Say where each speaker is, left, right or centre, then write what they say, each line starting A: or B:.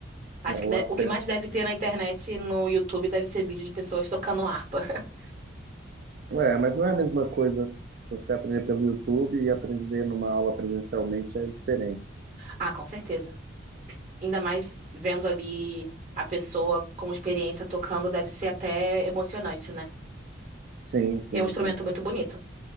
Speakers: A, on the right; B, on the right.
A: Acho
B: é
A: que
B: o
A: de-
B: acesso.
A: o que mais deve ter na internet, e no YouTube, deve ser vídeo de pessoas tocando harpa. <laughs>
B: É, mas não é a mesma coisa você aprender pelo YouTube e aprender numa aula presencialmente é diferente.
A: Ah, com certeza. Ainda mais vendo ali a pessoa com experiência tocando, deve ser até emocionante, né?
B: Sim, sim,
A: É um instrumento
B: sim.
A: muito bonito.